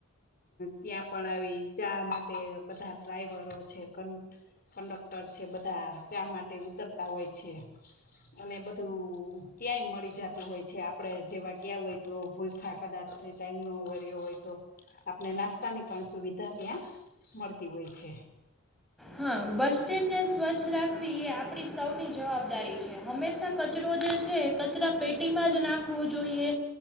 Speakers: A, on the left; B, in the centre.
A: ત્યાં પણ આવી ચા માટે બધા ડ્રાઈવરો છે કંડક ટર છે બધા ચા માટે ઉતરતા હોય છે. અને બધું ક્યાંય મળી જતું હોય છે આપડે જેવા ગયા હોય તો ભૂલખા કદાચ એ ટાઈમ ન વર્યો હોય તો. આપણે નાસ્તાની પણ સુવિધા ત્યાં મળતી હોય છે.
B: હા બસ સ્ટેન્ડ ને સ્વચ્છ રાખવી એ આપણી સૌની જવાબદારી છે હંમેશા કચરો જે છે કચરા પેટીમાં જ નાખવો જોઈએ